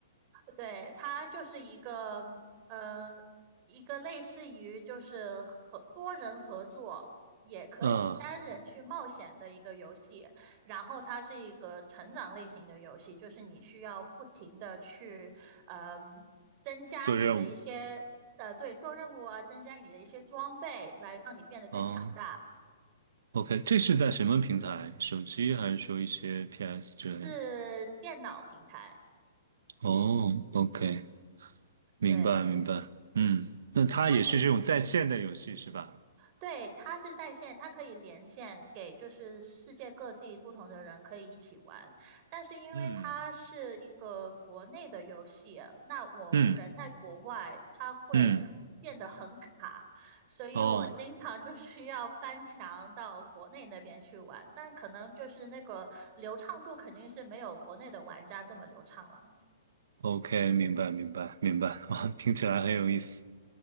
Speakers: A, on the right (about 35°); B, on the right (about 75°).
A: 对，它就是一个，嗯，一个类似于就是合多人合作，也可以单人去冒险的一个游戏。
B: <laughs> 嗯，
A: 然后它是一个成长类型的游戏，就是你需要不停的去，嗯，增加你的一些，
B: 做任务。
A: 呃，对，做任务啊，增加你的一些装备，来让你变得更强大。
B: 哦，OK，这是在什么平台？手机还是说一些 PS 之类的？
A: 是电脑平台，
B: 哦，OK，明白明白，
A: 对。
B: 嗯，那它也是这种在线的游戏是吧？
A: 那你对，它是在线，它可以连线给就是世界各地不同的人可以一起玩。但是因为它是一个国内的游戏，
B: 嗯
A: 那我人在国外，
B: 嗯
A: 它会变得很卡，
B: 嗯，
A: 所以我经常就需要翻墙到国内那边去玩。
B: 哦
A: 但可能就是那个流畅度肯定是没有国内的玩家这么流畅了。
B: ，OK，明白明白明白，<laughs> 哇，听起来很有意思，